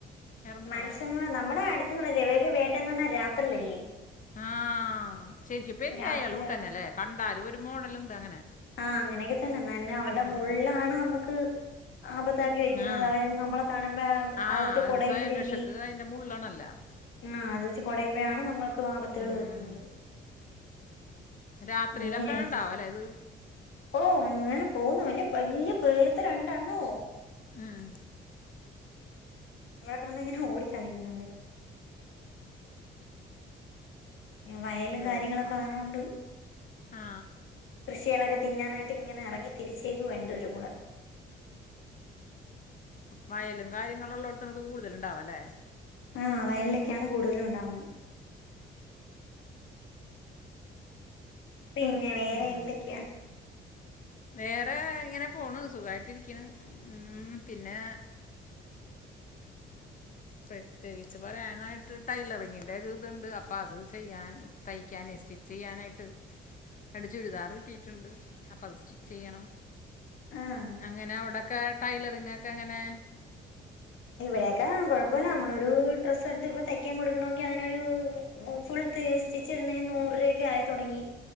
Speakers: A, on the left; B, on the left.
A: ഇറങ്ങും
B: മനുഷ്യമ
A: അവനെ
B: നമ്മുടെ അടുത്ത്ന്ന് <unintelligible> വേട്ട ന്ന ർഞ്ഞാ രാത്രിലല്ലേ.
A: ആഹ് ശരിക്ക് <unintelligible>
B: രാത്രിയിൽ
A: ലൂട്ട
B: ഇറങ്ങി
A: ന്നെ ല്ലേ കണ്ടാലും ഒരു മോഡലുണ്ട് അങ്ങനെ.
B: ആഹ് അങ്ങനെയൊക്കെ തന്നെ ന്നന്നെ അവരുടെ
A: ഉം
B: മുള്ളാണ്
A: ഉം
B: നമ്മക്ക്. ആപത്താക്കി വെക്കുന്നത്
A: ആ
B: അവര് നമ്മളെ കാണുമ്പോ
A: ആ
B: അത്ട്ട് കൊടയുമ്പോഴല്ലേ.
A: ഒരു സ്വയം രക്ഷക്ക് അതിൻ്റെ മുള്ളണല്ല
B: ആഹ് അത് വെച്ച് കൊടയുമ്പോയാണ് നമ്മൾക്ക് ആപത്തുകൾ
A: ഉം.
B: വരുന്നത്.
A: രാത്രിയിലൊക്കെ
B: <unintelligible>
A: ഉണ്ടാവും അല്ലേ ഇത്
B: ഓഹ് ങ്ങനെ പോവ്ന്നു അല്ലെ വല്ല്യ പേത്തെ രണ്ടെണ്ണോ.
A: ആഹ്
B: ഇവടെ കെട്ന്ന് ങ്ങനെ ഓടി കളിക്കുന്ന നായര് വയൽ
A: ഹലോ
B: കാര്യങ്ങളൊക്കെ
A: ആ
B: അങ്ങനോണ്ട്.
A: ആ
B: കൃഷികളൊക്കെ തിന്നാനായിട്ട് ങ്ങനെ എറങ്ങി തിരിച്ചേക്ക് വ രണ്ട് പേരുകൂടെ.
A: വയലും കാര്യങ്ങളും ഉള്ളോട്ത്താണ് ത് കൂടുതലുണ്ടാവ ല്ലേ?
B: ആഹ് വയലിലൊക്കെയാണ് കൂടുതലും ഉണ്ടാവുന്ന. പിന്നെ വേറെ
A: ഉം.
B: എന്തൊക്ക്യ?
A: വേറെ ഇങ്ങനെ പോണ് സുഖായിട്ടിരിക്ക്ണ് ഉം പിന്നെ. പ്രത്യേകിച്ച് പറയാനായിട്ട് ടൈലറിങ്ങിൻ്റെ ഒരു ഇത്ണ്ട് അപ്പ അത് ചെയ്യാൻ. തയ്ക്കാനേ സ്റ്റിച്ച് ചെയ്യാനായിട്ട്. രണ്ട് ചുരിദാർ കിട്ടിട്ടുണ്ട് അപ്പ ത് സ്റ്റിച്ച് ചെയ്യണം.
B: ആഹ്
A: അങ്ങനെ അവടെക്കെ ടൈലറിങ്ങ് ക്കെ ങ്ങനെ?
B: ഇവിടെക്കെ കൊഴപ്പല്ല നമ്മളൊരു ഡ്രസ് എട്ത്ത് ഇപ്പ തയ്ക്കാൻ കൊടുക്കണങ്കി അതിനൊരു ഫുൾ തേ സ്റ്റിച്ച് ഇടുന്നേന് നൂറ് രൂപൊക്കെ ആയി തൊടങ്ങി.